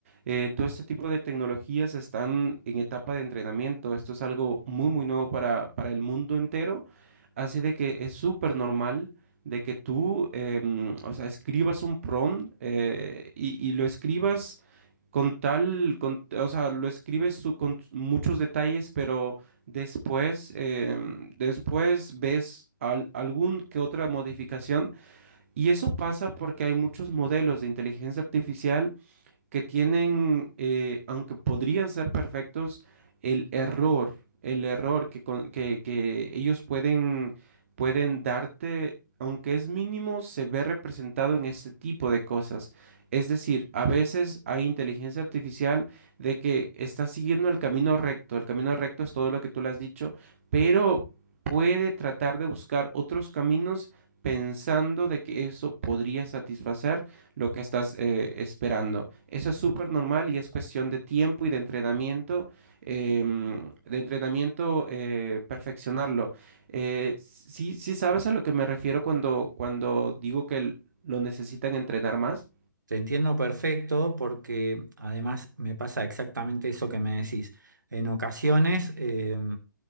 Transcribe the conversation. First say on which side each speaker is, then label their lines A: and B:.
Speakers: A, on the right; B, on the right.
A: eh, todo este tipo de tecnologías están en etapa de entrenamiento. Esto es algo muy, muy nuevo para, para el mundo entero, así de que es súper normal de que tú, em, o sea, escribas un prompt eh, y, y lo escribas con tal, con- o sea, lo escribes su- con muchos detalles, pero después, em, después ves al- algún que otra modificación y eso pasa porque hay muchos modelos de inteligencia artificial que tienen, eh, aunque podrían ser perfectos, el error, el error que, con- que, que ellos pueden, pueden darte, aunque es mínimo, se ve representado en este tipo de cosas. Es decir, a veces hay inteligencia artificial de que está siguiendo el camino recto, el camino recto es todo lo que tú le has dicho, pero puede tratar de buscar otros caminos pensando de que eso podría satisfacer lo que estás eh, esperando. Eso es súper normal y es cuestión de tiempo y de entrenamiento, em, de entrenamiento eh, perfeccionarlo. Eh, sí, sí sabes a lo que me refiero cuando, cuando digo que l- lo necesitan entrenar más.
B: Te entiendo perfecto porque además me pasa exactamente eso que me decís. En ocasiones eh,